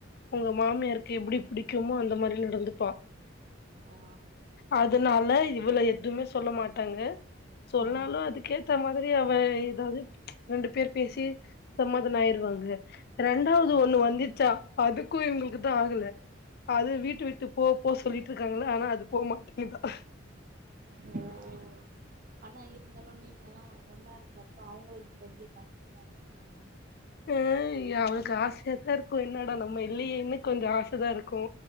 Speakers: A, on the left; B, on the right.
A: அவ்ங்க மாமியாருக்கு எப்டி புடிக்குமோ அந்த மாரி நடந்துப்பா
B: ஆ
A: அதுனால இவள எதுமே சொல்ல மாட்டாங்க சொன்னாலு
B: ஆ
A: அதுக்கேத்த மாதிரி அவ எதாவது ரெண்டு பேரு பேசி சம்மாதானோ ஆய்ருவாங்க ரெண்டாவ்து ஒன்னு வந்துச்சா அதுக்கு எங்ளுக்குதா ஆகல அத வீட்டு விட்டு போ போ சொல்லிட்ருக்காங்களா ஆனா அது போ மாட்டிங்குதா
B: ஓ ஆனா இருந்தாலு நீங்கெல்லா ஒன்னா இருக்கிறப்ப அவுங்குளுக் வந்து கஷ்டமா இருக்கூல
A: உ உ அவளுக்கு ஆசயாதா இருக்கு என்னடா நம்ம இல்லேயேனு கொஞ்சோ ஆசதா இருக்கு